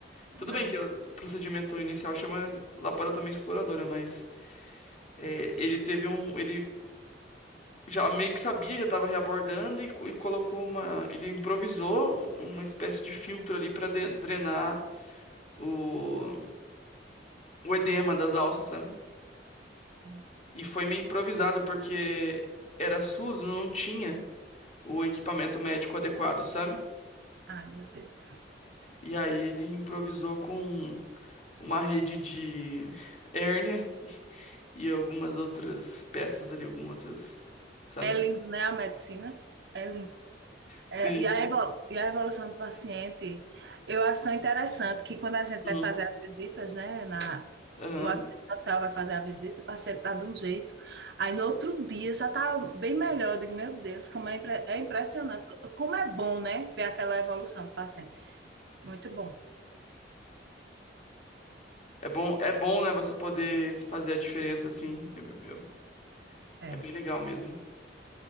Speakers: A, on the right; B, on the left.
A: Nada.
B: Tudo bem que o procedimento inicial chama laparotomia exploradora, mas é, ele teve um. Ele já meio que sabia, já estava reabordando e, co- e colocou uma. Ele improvisou uma espécie de filtro ali para drenar o, o edema das alças, sabe?
A: É, não
B: E foi
A: Sei.
B: meio improvisado porque era SUS, não tinha o equipamento médico adequado, sabe?
A: Ai, meu Deus.
B: E aí ele improvisou com uma rede de hérnia e algumas outras peças ali, algumas outras, sabe?
A: É lindo, né, a medicina? É lindo.
B: Sim.
A: É, e a evol- e a evolução do paciente, eu acho tão interessante que quando a gente vai
B: Hum.
A: fazer as visitas, né, na,
B: Aham.
A: o assistente social vai fazer a visita, o paciente tá de um jeito, aí no outro dia já tá bem melhor. Eu digo, meu Deus, como é, impre- é impressionante, co- como é bom, né, ver aquela evolução do paciente. Muito bom.
B: É bom, é bom, né, você poder fazer a diferença assim. É, é-
A: É.
B: é bem legal mesmo.